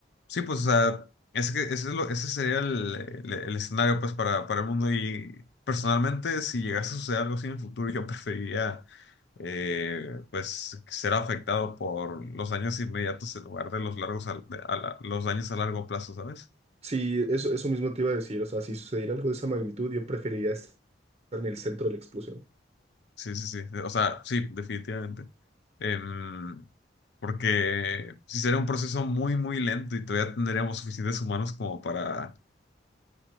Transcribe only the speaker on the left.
Sí, pues, o sea, es que ese, es lo, ese sería el, el- el escenario, pues, para, para el mundo. Y personalmente, si llegase a suceder algo así en el futuro, yo <laughs> preferiría, eh, pues, ser afectado por los daños inmediatos en lugar de los largos, al- de- a la- los daños a largo plazo, ¿sabes?
Sí, sí, sí. O sea, sí, definitivamente. Em, porque si sería un proceso muy, muy lento y todavía tendríamos suficientes humanos como para...